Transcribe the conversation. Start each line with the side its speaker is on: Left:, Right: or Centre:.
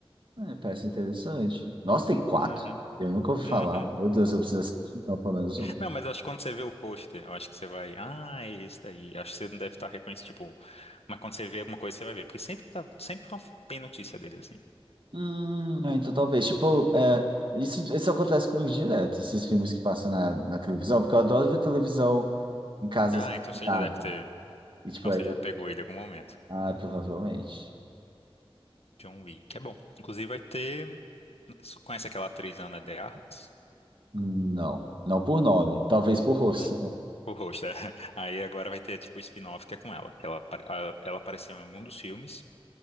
Right: é, parece interessante. Nossa, tem quatro?
Left: Uhum,
Right: Eu nunca ouvi
Left: uhum.
Right: falar. Meu Deus, eu preciso assistir, então, pelo menos um.
Left: Não, mas acho que quando você vê o pôster, eu acho que você vai, ah, é esse daí. Acho que você não deve estar reconhecendo, tipo, mas quando você vê alguma coisa, você vai ver, porque sempre tá, sempre tão- tem notícia dele, assim.
Right: Hum, não, então talvez, tipo, é, isso, isso acontece comigo direto, esses filmes que passam na, na televisão, porque eu adoro ver televisão em casa
Left: Ah,
Right: assim,
Left: então você
Right: nada.
Left: já deve ter,
Right: E tipo,
Left: então
Right: aí,
Left: você já pegou ele em algum momento.
Right: ah, provavelmente.
Left: John Wick, é bom. Inclusive vai ter Você Conhece aquela atriz Ana de Armas?
Right: Não, não por nome, talvez por rosto.
Left: Uhum. O rosto, é. <laughs> Aí agora vai ter tipo o spin-off que é com ela. Que ela, apare- a- ela apareceu em algum dos filmes